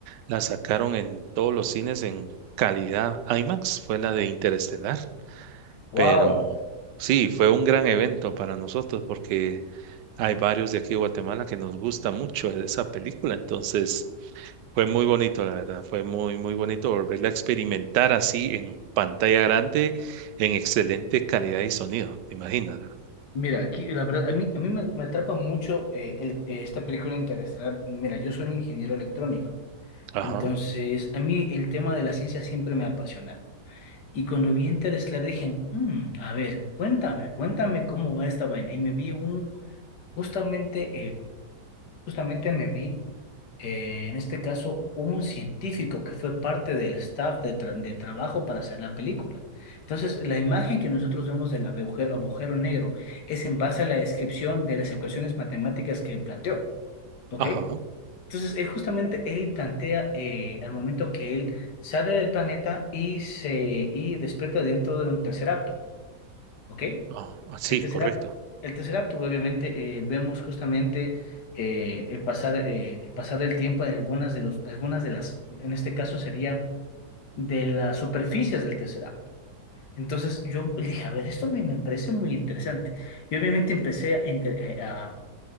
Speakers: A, on the right (about 80°); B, on the left (about 75°).
A: la sacaron en todos los cines en calidad IMAX fue la de Interestelar.
B: Wow.
A: Pero sí, fue un gran evento para nosotros porque hay varios de aquí de Guatemala que nos gusta mucho esa película. Entonces, fue muy bonito, la verdad, fue muy, muy bonito volverla a experimentar así en pantalla grande, en excelente calidad y sonido, te imaginas, ¿verdad?
B: Mira, aquí la verdad, a mí, a mí me, me atrapa mucho eh, el- eh, esta película interestelar. Mira, yo soy un ingeniero electrónico,
A: Ajá,
B: entonces a mí el tema de la ciencia siempre me ha apasionado. Y cuando vi Interestelar dije, "Mm, a ver, cuéntame, cuéntame cómo va esta vaina. Y me vi un, justamente Justamente me vi, eh, en este caso, un científico que fue parte del staff de, tra- de trabajo para hacer la película. Entonces, la imagen que nosotros vemos del agujero, agujero negro es en base a la descripción de las ecuaciones matemáticas que él planteó, ¿ok?
A: ajá,
B: Entonces, él justamente él plantea eh, al momento que él sale del planeta y se y despierta dentro de un tercer acto, ¿ok?
A: ajá, ah, sí,
B: El Tesseract,
A: correcto.
B: el Tesseract, obviamente, eh, vemos justamente eh, el pasar, eh, el pasar del tiempo en algunas de los, algunas de las, en este caso sería de las superficies del Tesseract. Entonces yo dije, a ver, esto me, me parece muy interesante. Y obviamente empecé a, inte- eh, a